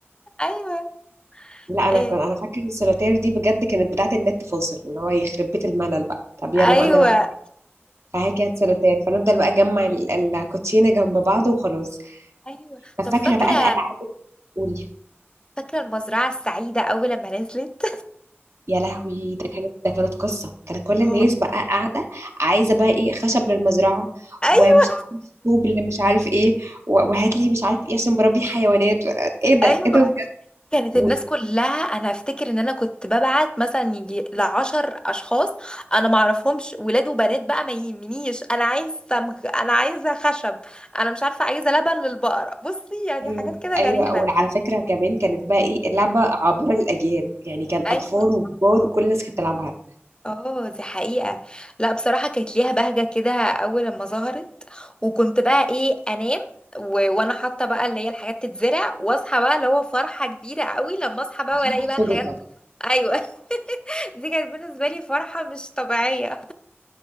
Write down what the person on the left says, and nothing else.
ايوه
إيه.
ايوه
ايوه
طب
فاكره
فاكره المزرعه السعيده اول لما نزلت
<laughs>
اه
ايوه
ايوه
كانت
الناس كلها انا افتكر ان انا كنت ببعت مثلا يجي لعشر اشخاص انا معرفهمش ولاد وبنات بقى ما يهمنيش انا عايز سمغ انا عايزه خشب انا مش عارفه عايزه لبن للبقره بصي يعني
حاجات كده
غريبه
ايوه
اه دي حقيقه لا بصراحه كانت ليها بهجه كده اول لما ظهرت وكنت بقى ايه انام و... وانا حاطه بقى اللي هي الحاجات تتزرع واصحى بقى اللي هو فرحه كبيره قوي لما اصحى بقى
والاقي
بقى الحاجات
<laughs> ايوه دي كانت بالنسبة لي فرحة مش طبيعية